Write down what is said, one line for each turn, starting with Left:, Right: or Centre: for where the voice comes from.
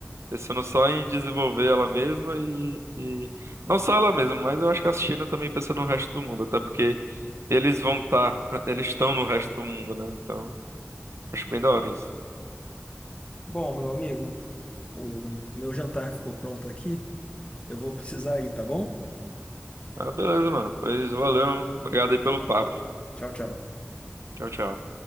Right: Pensando só em desenvolver ela mesma e, e- Não só ela mesma, mas eu acho que a China também pensa no resto do mundo, até porque eles vão estar, <laughs> eles estão no resto do mundo, né? Então, acho bem da hora isso.
Left: Bom, meu amigo, o meu jantar ficou pronto aqui. Eu vou precisar ir, tá bom?
Right: Ah, beleza, mano. Pois valeu. Obrigado aí pelo papo.
Left: Tchau, tchau.
Right: Tchau, tchau.